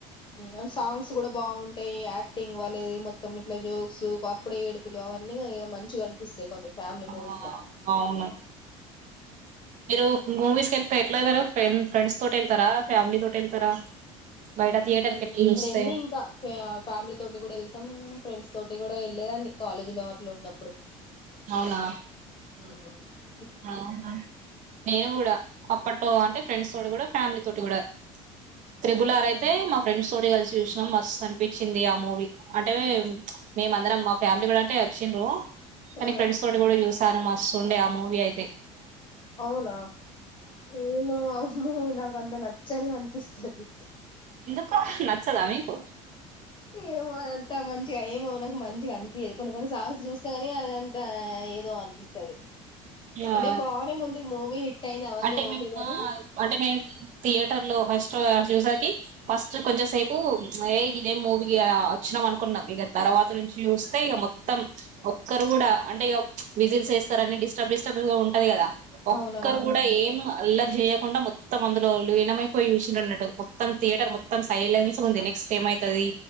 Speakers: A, on the left; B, on the right.
A: అండ్ సాంగ్స్ కూడా బాగుంటాయి యాక్ టింగ్ వా అది మొత్తం ఇట్లా జోక్స్ అప్పుడే ఏడుపులు అవన్నీ మంచిగా కనిపిస్తాయి కొన్ని ఫ్యామిలీ
B: ఆ
A: మూవీస్ లాగా
B: అవును మీరు మూవీస్కి వెళ్తే ఎట్లా వెళ్తారా ఫ్రెండ్స్ తోటి వెళ్తారా ఫ్యామిలీ తోటి వెళ్తారా బయట థియేటర్
A: ఉ
B: కి ఎట్లా చూస్తే
A: రండి ఇంకా ఫ ఫ్యామిలీ తోటి కూడా వెళ్తాం ఫ్రెండ్స్ తోటి కూడా వెళ్లేదాన్ని కాలేజీ లో అట్లు ఉన్నప్పుడు
B: అవునా
A: ఉ హు
B: అవునా నేను కూడా అప్పట్లో అంటే ఫ్రెండ్స్ తోటి కూడా ఫ్యామిలీ తోటి కూడా త్రిబుల్ ఆర్
A: హ్మ్.
B: అయితే మా ఫ్రెండ్స్ తోటి కలిసి చూసినాం మస్తు అనిపించింది ఆ మూవీ అంటే మేమందరం మా ఫ్యామిలీ కూడా అంటే చిండ్రు కానీ
A: ఆ
B: ఫ్రెండ్స్ తోటి కూడా చూసాను మస్తు ఉండే మూవీ అయి తే
A: అవునా ఏమో ఆ మూవీ నాకంత న చదు అనిపిస్తది
B: ఎందుకు నచ్చదా మీకు
A: ఏమో అదన్ త మంచిగా ఏమో నాకు మంచిగా అనిపించేదు కొన్ని కొన్ని సాంగ్స్ చూస్తే కానీ అదంత ఏదో అనిపిస్తది
B: ఆ
A: అంటే బానే ముందు మూవీ అయింది అవన్నీ
B: అంటే
A: ఓకే
B: మేము
A: గాని
B: అంటే మేము థియేటర్ లో ఫస్ట్ చుసాకి ఫస్ట్ కొంచం సేపు ఏ ఇదేం మూవీ వచ్చినాం అనుకున్నాం ఇక తర్వాత నుంచి చూస్తే ఇక మొత్తం ఒక్కరు కూడా అంటే ఇగ విజిల్స్ వేస్తారు అని డిస్టర్బ్ డిస్టర్బ్గా ఉంటది కదా ఒక్కరు
A: అవునవును
B: కూడా ఏమ అల్లరి చేయకుండా మొత్తం అందులో లీనమైపోయి చూసిరన్నట్టు మొత్తం థియేటర్ మొత్తం సైలెన్స్ ఉంది నెక్స్ట్ ఎం అయితది